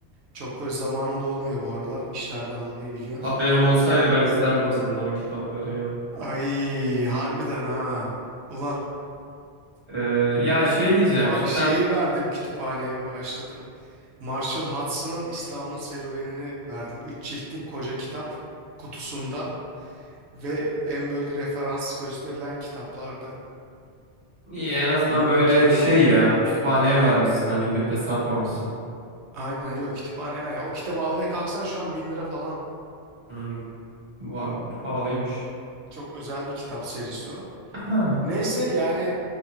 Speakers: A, on the right; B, on the right.
A: Çok böyle zamanım da olmuyor bu aralar işlerden dolayı
B: <clears throat>
A: biliyorsun.
B: haberim olsaydı ben isterdim senden o kitapları ya.
A: Ay harbiden ha. Ulan
B: Ee, ya şey diyeceğim.
A: Bak
B: Şimdi
A: şeyi
B: sen
A: verdim kütüphaneye başladım. Marshall Hudson'ın İslam'ın Serüveni'ni verdim. Üç ciltlik koca kitap kutusunda ve en böyle referans gösterilen kitaplarda.
B: İyi en azından
A: Eminim
B: böyle
A: keyif
B: şey
A: alırdın.
B: ya kütüphaneye vermişsin hani gidip de satmamışsın.
A: Aynen yok kütüphane var. Ya, o kitabı almaya kalksan şu an bin lira falan.
B: Hmm, bu, bu pahalıymış.
A: Çok özel bir kitap serisi o.
B: <clears throat> Ha.
A: Neyse yani